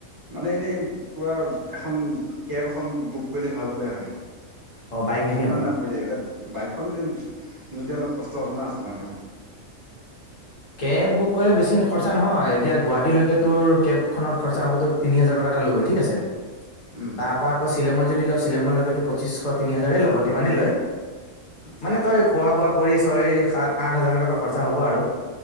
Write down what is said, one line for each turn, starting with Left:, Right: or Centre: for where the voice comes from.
Right: মানে এনেই কবা এখন কেব এখন বুক কৰিলে ভাল হ'লে হয়।
Left: অ' বাইক নিনিয়
Right: কিমান
Left: মানে
Right: দাম পৰি যায় এইবিলাক বাইকখন নিওতে অলপ কষ্ট হ'ব ন চলাওতে
Left: কেব বুক কৰিলে বেছি খৰচা নহয়, এতিয়া গুৱাহাটীলৈকে তোৰ কেব খনত খৰচা হ'বতো তিনি হাজাৰ টকা এটা ল'বই, ঠিক আছে
Right: উম
Left: তাৰ পৰা আকৌ শ্বিলঙত যদি ল শ্বিলঙলৈকে তো পঁচিশ, তিনি হাজাৰ ল'ব, তিমানে লয়
Right: আচ্ছা
Left: মানে তই খোৱা-বোৱা কৰি ছয়, সাত, আঠ হাজাৰ মান টকা খৰচা হ'ব আৰু